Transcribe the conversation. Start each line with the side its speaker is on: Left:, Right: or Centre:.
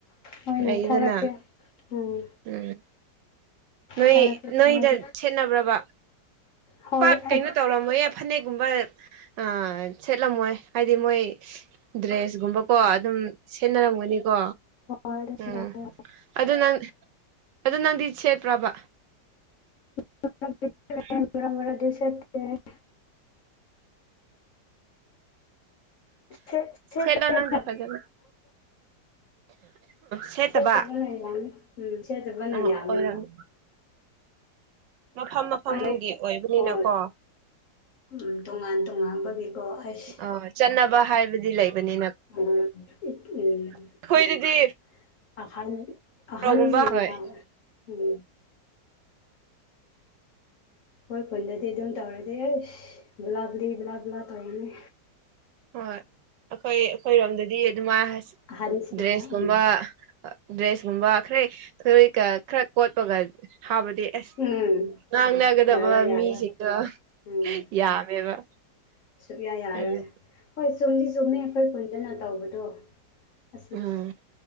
Left: ꯍꯣꯏꯅꯦ
Right: ꯂꯩꯗꯅ
Left: ꯊꯥꯔꯛꯀꯦ ꯎꯝ
Right: ꯎꯝ ꯅꯣꯏ
Left: ꯊꯥꯔꯛꯀꯦ
Right: ꯅꯣꯏꯗ
Left: ꯊꯥꯔꯛꯀꯦ
Right: ꯁꯦꯠꯅꯕ꯭ꯔꯕ
Left: ꯍꯣꯏ
Right: ꯄꯥꯛ
Left: ꯑꯩ
Right: ꯀꯩꯅꯣ ꯇꯧꯔꯝꯃꯣꯏꯌꯦ ꯐꯅꯦꯛꯒꯨꯝꯕ ꯑꯥ ꯁꯦꯠꯂꯝꯃꯣꯏ ꯍꯥꯏꯗꯤ ꯃꯣꯏ ꯗ꯭ꯔꯦꯁꯀꯨꯝꯕꯀꯣ ꯑꯗꯨꯝ ꯁꯦꯟꯅꯔꯝꯒꯅꯤꯀꯣ
Left: ꯍꯣꯏ ꯑꯗꯨꯝ
Right: ꯎꯝ
Left: ꯇꯧꯋꯦ
Right: ꯑꯗꯨ ꯅꯪ ꯑꯗꯨ ꯅꯪꯗꯤ ꯁꯦꯠꯄ꯭ꯔꯕ
Left: <inaudible>
Right: <inaudible>
Left: <unintelligible> ꯁꯦꯠ ꯁꯦꯠꯇꯕꯅ
Right: ꯁꯦꯠꯂꯣ ꯅꯪꯗꯤ ꯐꯖꯅ ꯁꯦꯠꯇꯕ
Left: ꯁꯦꯠꯇꯕꯅ ꯌꯥꯝꯃꯤ ꯎꯝ ꯁꯦꯖꯕꯅ
Right: ꯑ
Left: ꯌꯥꯝꯃꯦꯕ
Right: ꯑꯣꯏꯔꯝꯅꯤ ꯃꯐꯝ ꯃꯐꯝꯒꯤ
Left: ꯑꯩ
Right: ꯑꯣꯏꯕꯅꯤꯅꯀꯣ
Left: ꯍꯣꯏ ꯎꯝ ꯇꯣꯉꯥꯟ ꯇꯣꯉꯥꯟꯕꯒꯤꯀꯣ ꯑꯩꯁ
Right: ꯑ ꯆꯠꯅꯕ ꯍꯥꯏꯕꯗꯤ ꯂꯩꯕꯅꯤꯅ
Left: <unintelligible>
Right: ꯑꯩꯈꯣꯏꯗꯗꯤ
Left: ꯑꯍꯜ ꯑꯍꯟꯁꯤꯅ
Right: ꯐ꯭ꯔꯣꯛꯒꯨꯝꯕ ꯍꯣꯏ
Left: ꯎꯝ ꯈꯣꯏ ꯈꯨꯟꯗꯗꯤ ꯑꯗꯨꯝ ꯇꯧꯔꯗꯤ ꯑꯩꯁ ꯕꯂꯥ ꯕꯨꯂꯤ ꯕꯂꯥ ꯕꯂꯥ ꯇꯧꯔꯅꯤ
Right: ꯍꯣꯏ ꯑꯩꯈꯣꯏ ꯑꯩꯈꯣꯏꯔꯣꯝꯗꯗꯤ ꯑꯗꯨꯃꯥꯏ
Left: ꯑꯍꯟꯁꯤꯡꯅ
Right: ꯗ꯭ꯔꯦꯁꯀꯨꯝꯕ
Left: ꯎꯝ
Right: ꯗ꯭ꯔꯦꯁ ꯀꯨꯝꯕ ꯈꯔ <unintelligible> ꯈꯔ ꯀꯣꯠꯄꯒ ꯍꯥꯕꯗꯤ ꯑꯁ
Left: ꯎꯝ
Right: ꯉꯥꯡꯅꯒꯗꯕ
Left: ꯌꯥꯔꯣꯏ ꯌꯥꯔꯣꯏ
Right: ꯃꯤꯁꯤꯡꯗꯣ
Left: ꯎꯝ
Right: ꯌꯥꯝꯃꯦꯕ
Left: ꯁꯨꯛꯌꯥ ꯌꯥꯔꯣꯏ
Right: ꯑꯗꯨ
Left: ꯍꯣꯏ ꯆꯨꯝꯗꯤ ꯆꯨꯝꯃꯦ ꯑꯩꯈꯣꯏ ꯄꯨꯟꯇꯅ ꯇꯧꯕꯗꯣ ꯑꯁꯤ
Right: ꯎꯝ